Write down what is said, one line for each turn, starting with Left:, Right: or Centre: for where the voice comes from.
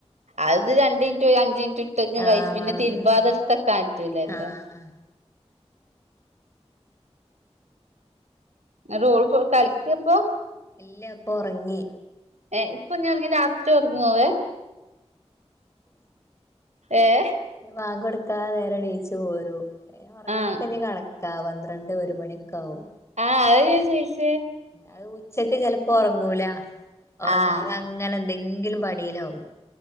Right: അത് രണ്ടിൻറ്റു അഞ്ചിൻ റ്റു ഇട്ടങ്ങ്കഴിച്ച്
Left: ആഹ്
Right: പിന്നെ തിരുമ്പാതെ
Left: ഉം
Right: ഇട്ത്തക്കാ പറ്റൂലല്ലോ
Left: ആഹ്
Right: ങ്ങട്ട് ഓള് കളിക്കാപ്പൊ
Left: ഇല്ലപ്പൊറങ്ങി
Right: ഏ ഇപ്പൊ ഞ്ഞ് ഉറങ്ങിയാ രാത്രി ഉറങ്ങോ അവൻ ഏഹ്
Left: വാങ്കൊട് ക്കാ നേരം എണീച്ചു പോരും ഉറങ്ങലൊക്കെ
Right: ആഹ്
Left: ഇനി കണ ക്കാ പന്ത്രണ്ട് ഒരു മണിയൊക്കെ ആവും
Right: ആ അത് ഞാൻ ചോയിച്ച്
Left: അത് ഉച്ചക്ക് ചെലപ്പോ ഉറങ്ങൂല ഉറങ്ങാതെ
Right: ആഹ്
Left: അങ്ങനെ എന്തെങ്കിലും പണിയിലാവും